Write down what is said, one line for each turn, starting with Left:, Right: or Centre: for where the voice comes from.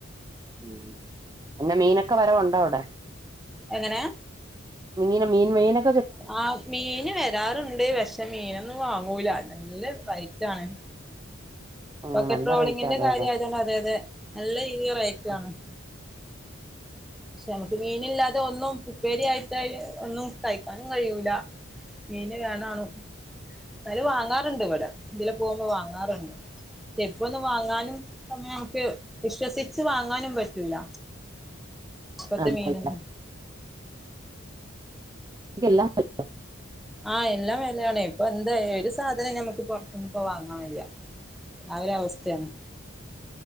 Right: ഉം പിന്നെ മീനൊക്കെ വരവുണ്ടോ അവിടെ
Centre: എങ്ങനെ
Right: മീന് മീൻ മീന്
Centre: ആ മീന് വരാറുണ്ട് പക്ഷെ മീനൊന്നും വാങ്ങൂല നല്ല റേറ്റ് ആണ് ഇപ്പൊക്കെട്രോളിങ്ങിന്റെ
Right: ഉം നല്ല റേറ്റ് അതെ
Centre: കാര്യം
Right: അതെ
Centre: ആയതോണ്ട് അതെതെ നല്ല രീതില് റേറ്റാണ്
Right: ആ.
Centre: പക്ഷെ നമുക്ക് മീനില്ലാതെ ഒന്നും ഉപ്പേരി ആയിട്ട് ഒന്നും കഴിക്കാനും കഴിയൂല മീന് വേണാണും നാലും വാങ്ങാറുണ്ട് ഇവടെ ഇതില പോകുമ്പോ വാങ്ങാറുണ്ട് പക്ഷെ ഇപ്പോ ഒന്ന് വാങ്ങാനും <unintelligible> നമുക്ക് വിശ്വസിച്ച് വാങ്ങാനും പറ്റൂല ഇപ്പത്തെ
Right: അല്ലല്ല
Centre: മീനൊന്നും
Right: <inaudible> <unintelligible>
Centre: ആ എല്ലാം വെലേണെയ് ഇപ്പൊ എന്താ ഒരു സാധനം നമ്മുക്ക് പൊറ്ത്ത്ന്ന് ഇപ്പോ വാങ്ങാൻ വയ്യാ ആ ഒരു അവസ്ഥയാണ്